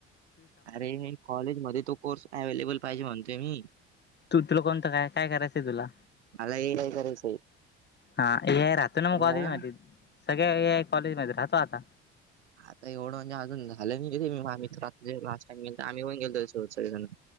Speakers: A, on the right; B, on the left.
A: अरे कॉलेज मध्ये तो कोर्स ॲव्हलेबल पाहिजे म्हणतोय मी.
B: तू तुला कोणतं काय काय करायचंय तुला?
A: मला ए आय करायचंय.
B: हां ए आय राहत न
A: पण
B: मग कॉलेज
A: ना
B: मध्ये. सगळ्या ए आय कॉलेजमध्ये राहतो आता.
A: आता एवढं म्हंजे आजून झालं नाही की ते माया मित्रा, जे लास्ट टाईम गेलत आम्ही पण गेलतो त्याच्य सोबत सगळेजण.